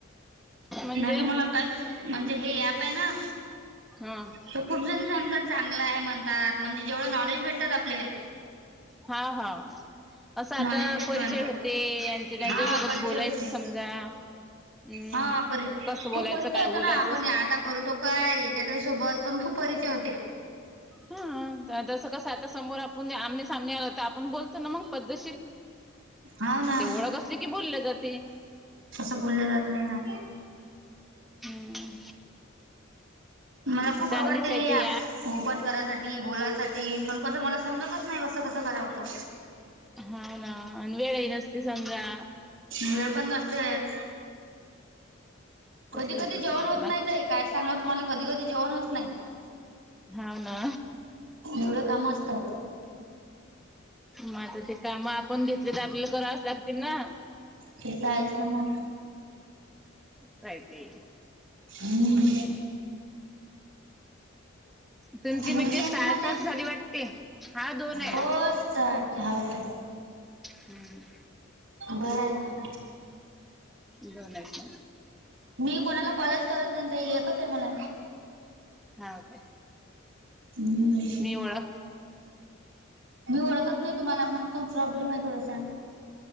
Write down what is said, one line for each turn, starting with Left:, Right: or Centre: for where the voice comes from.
Centre: म्हणजे
Right: नाही त मला काहीच. म्हणजे हे एपे ना.
Centre: ह.
Right: ते खूप जण सांगतात. चांगला आहे म्हणतात. म्हणजे जेवढं नॉलेज भेटतात आपल्याले.
Centre: हा हा. असं आता
Right: नॉलेज भेटते
Centre: परिचय
Right: म्हणतात
Centre: होते. त्यांच्यासोबत
Right: हा परिचय
Centre: बोलायचे
Right: होते
Centre: समजा. हम्म
Right: हा पर
Centre: कसं
Right: खूप
Centre: बोलायचं
Right: परिचय
Centre: काय
Right: होतो
Centre: बोलायचं
Right: ना. आपण आता बोलतो काय त्याच्या सोबत पण खूप परिचय होते.
Centre: ह. जसं कस आता समोर आपण आमने सामने आलो त आपण बोलतो ना मग पद्धशीर.
Right: हाव ना
Centre: ते ओळख असली की बोले जातेय.
Right: तसं बोलं जात नाही ना.
Centre: हम्म
Right: मला खूप
Centre: चांगलीच
Right: आवडते
Centre: आहे
Right: हे
Centre: ती
Right: ऍप. फोन करासाठी. बोलायसाठी. पण कसं मला समजतच नाही. कसं कसं करावतं.
Centre: हव ना. अन वेळही नसते समजा.
Right: वेळ पण नसतेच. कधी
Centre: तसच
Right: कधी
Centre: होते
Right: जेवण
Centre: ते
Right: होत
Centre: मग
Right: नाही ताई. काय सांगाव तुम्हाला कधी कधी जेवण होत नाही.
Centre: हाव ना.
Right: एवढं काम असतं.
Centre: म आता ते काम आपण घेतले. त आपल्याला करावाच लागतील ना.
Right: तेेत आहेस ना म.
Centre: काय ते
Right: हम्म.
Centre: तुमची
Right: मुलगी
Centre: म्हणजे
Right: आहे
Centre: स्टार्टच
Right: ना तुम्हाले?
Centre: झाली वाटते हा दोन आहेत.
Right: हो. हाव काय.
Centre: हम्म.
Right: बरंय ना.
Centre: दोनी पण.
Right: मी कोणाला कॉलच करत नाही ना ताई. एकचे मला.
Centre: हाव काय
Right: हम्म.
Centre: मी ओळख
Right: मी ओळखत नाही तुम्हाला म्हणून ते प्रॉब्लेम आहे थोडसा.